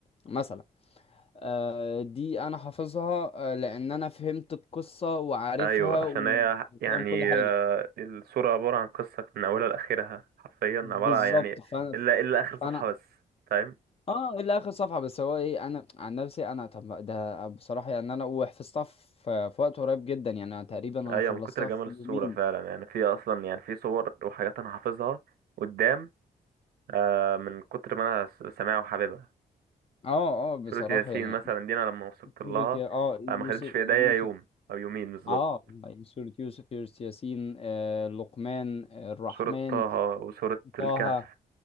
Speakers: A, on the left; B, on the right.
A: مثلا آه، دي انا حافظها آه، لان انا فهمت القصة وعارفها
B: ايوه عشان
A: و-
B: هي
A: وفاهم
B: يعني
A: كل حاجة
B: آه، الصورة عبارة عن قصة من اولها لاخرها حرفيا عبارة
A: بالظبط
B: عن- يعني
A: فانا
B: الا الا اخر صفحة
A: فانا
B: بس فاهم
A: اه الى اخر صفحة بس هو ايه انا عن نفسي انا طب ما ده بصراحة يعني انا وحفظتها في في وقت قريب جدا يعني أنا تقريبا انا
B: ايوه
A: خلصتها
B: من كتر جمال
A: في
B: الصورة
A: يومين
B: فعلا يعني في اصلا يعني في صور وحاجات انا حافظها قدام آه، من كتر ما انا س- سامعها وحاببها
A: اه اه بصراحة
B: سورة ياسين
A: يعني
B: مثلا دي انا لما وصلت لها
A: سورة يا- اه يوسف
B: آه، ما خدتش في
A: يوسف
B: ايديا يوم او يومين بالظبط
A: اه سورة يوسف يوسف ياسين آه لقمان آه الرحمن
B: سورة طه وسورة
A: طه
B: الكهف